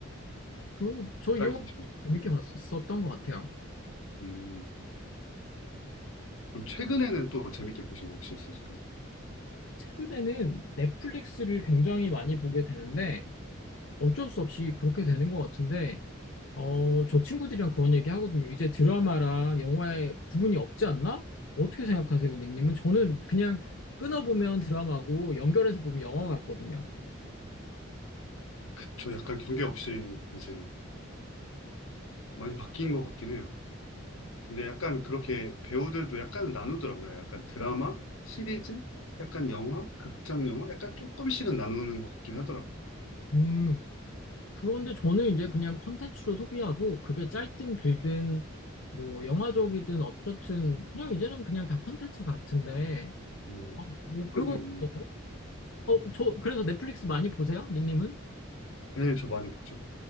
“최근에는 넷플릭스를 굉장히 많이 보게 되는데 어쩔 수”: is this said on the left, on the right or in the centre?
Left